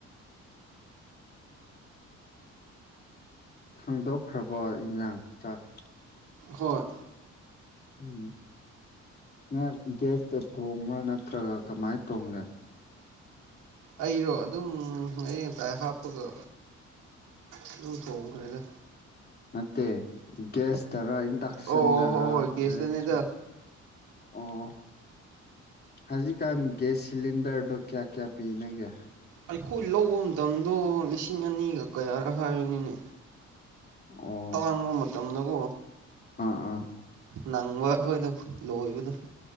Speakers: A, on the left; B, on the right.
A: ꯊꯥꯡꯗꯣꯛꯈ꯭ꯔꯕ ꯏꯟꯖꯥꯡ ꯆꯥꯛ꯫
B: ꯍꯣꯏ꯫
A: ꯎꯝ꯫ ꯅꯪ ꯒꯦꯁꯇ ꯊꯣꯡꯕ꯭ꯔꯥ ꯅꯠꯇ꯭ꯔꯒ ꯀꯃꯥꯏꯅ ꯊꯣꯡꯒꯦ꯫
B: ꯑꯩꯔꯣ ꯑꯗꯨꯝ ꯍꯌꯦꯡ꯫ ꯇꯥꯏ ꯍꯥꯞꯄꯒ ꯑꯗꯨꯝ ꯊꯣꯡꯈꯔ꯭ꯦꯗ꯫
A: ꯅꯠꯇꯦ ꯒꯦꯁ꯫ ꯇꯔꯥ ꯏꯟꯗꯛꯁꯟ
B: ꯑꯣ ꯍꯣꯏ
A: ꯇꯔꯥ
B: ꯍꯣꯏ ꯍꯣꯏ ꯒꯦꯁꯇꯅꯤꯗ
A: ꯏꯂꯦꯛꯇ꯭ꯔꯤꯛ꯫ ꯑꯣ ꯍꯧꯖꯤꯛꯀꯥꯟ ꯒꯦꯁ ꯁꯤꯂꯤꯟꯗꯔꯗꯣ ꯀꯌꯥ-ꯀꯌꯥ ꯄꯤꯅꯒꯦ꯫
B: ꯑꯩꯈꯣꯏ ꯂꯧꯕ ꯃꯇꯝꯗꯣ ꯂꯤꯁꯤꯡ ꯑꯅꯤꯒ ꯀꯌꯥꯔ ꯍꯥꯏꯕꯅꯤꯅꯦ꯫
A: ꯑꯣ
B: ꯇꯥꯡꯕ ꯃꯇꯝꯗꯀꯣ꯫
A: ꯑꯥ ꯑꯥ꯫
B: ꯅꯪꯕ ꯑꯈꯣꯏꯗꫭ ꯂꯣꯏꯕꯗꯨ꯫